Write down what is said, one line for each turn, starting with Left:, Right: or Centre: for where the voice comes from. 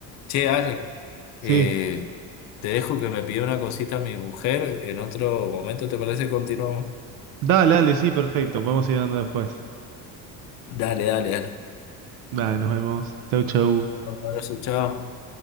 Left: Che, Ale,
Right: Sí.
Left: eh, te dejo que me pida una cosita mi mujer. En otro momento, ¿te parece? Continuamos.
Right: Dale, dale, sí, perfecto. Podemos ir hablando después.
Left: Dale, dale, dale.
Right: Dale, nos vemos. Chau, chau.
Left: Un abrazo, chao.